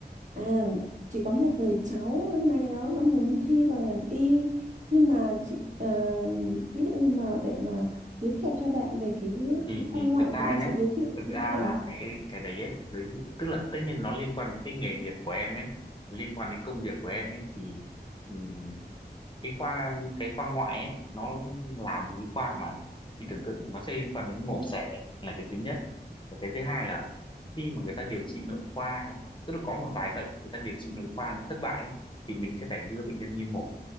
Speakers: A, on the right; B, on the left.
A: à chỉ có một người cháu năm nay đó nó muốn thi vào ngành y nhưng mà chị à, ví dụ như mà để mà giới thiệu cho bạn về cái
B: thì
A: cái khoa
B: thì
A: ngoại
B: thật ra
A: thì em sẽ
B: nhé
A: giới thiệu như
B: thật
A: thế
B: ra
A: nào?
B: là cái cái đấy ấy dưới tức là tất nhiên nó liên quan đến cái nghề nghiệp của em ấy liên quan đến công việc của em ấy thì ừm, cái khoa cái khoa ngoại ấy nó là một cái khoa mà chị tưởng tượng nó sẽ liên quan đến mổ xẻ là cái thứ nhất cái thứ hai là khi mà người ta điều trị nội khoa tức là có một vài bệnh người ta điều trị nội khoa nó thất bại ấy, thì mình sẽ phải đưa bệnh nhân đi mổ